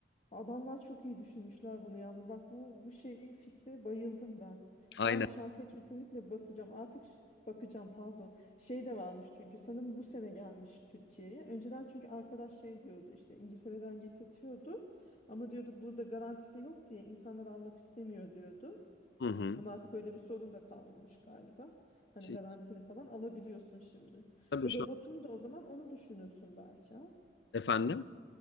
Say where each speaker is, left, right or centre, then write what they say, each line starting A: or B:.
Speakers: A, on the left; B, on the left.
A: Adamlar çok iyi düşünmüşler bunu yalnız. Bak bu bu şeyi fikre bayıldım ben.
B: Aynen.
A: Ben şarka kesinlikle basacağım. Artık ş- bakacağım pardon. Şey de varmış çünkü sanırım bu sene gelmiş Türkiye'ye. Önceden çünkü arkadaş şey diyordu işte İngiltere'den getirtiyordu. Ama diyordu burada garantisi yok diye insanlar almak istemiyor diyordu.
B: Hı hı.
A: Ama artık öyle bir sorun da kalmamış galiba. Hani
B: Şey,
A: garantili falan alabiliyorsun şimdi.
B: tabii
A: E
B: şu
A: robotunu da o zaman onu düşünürsün belki ha.
B: efendim.